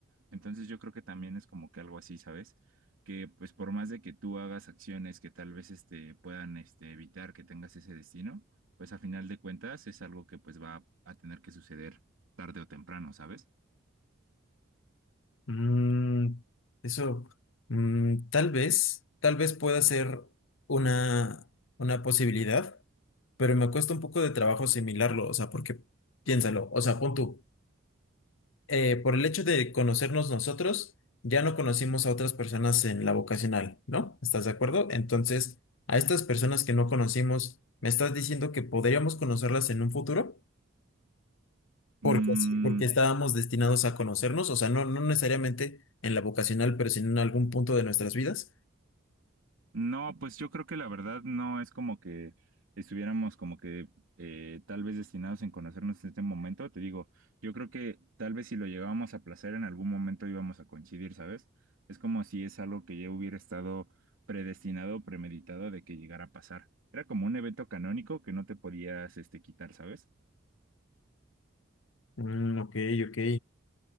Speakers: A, on the right; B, on the left.
A: Entonces yo creo que también es como que algo así, ¿sabes? Que pues por más de que tú hagas acciones que tal vez este, puedan este, evitar que tengas ese destino, pues a final de cuentas es algo que pues va a tener que suceder tarde o temprano, ¿sabes?
B: Mm, eso, mm, tal vez, tal vez pueda ser una, una posibilidad, pero me cuesta un poco de trabajo asimilarlo, o sea, porque piénsalo, o sea, pon tú, eh, por el hecho de conocernos nosotros, ya no conocimos a otras personas en la vocacional, ¿no? ¿Estás de acuerdo? Entonces, a estas personas que no conocimos, ¿me estás diciendo que podríamos conocerlas en un futuro? Porque
A: Mm,
B: sí, porque estábamos destinados a conocernos, o sea, no, no necesariamente en la vocacional, pero sino en algún punto de nuestras vidas.
A: No, pues yo creo que la verdad no es como que estuviéramos como que eh, tal vez destinados en conocernos en este momento. Te digo, yo creo que tal vez si lo llegábamos a placer en algún momento íbamos a coincidir, ¿sabes? Es como si es algo que ya hubiera estado predestinado, premeditado de que llegara a pasar. Era como un evento canónico que no te podías este quitar, ¿sabes?
B: Mm, ok, ok.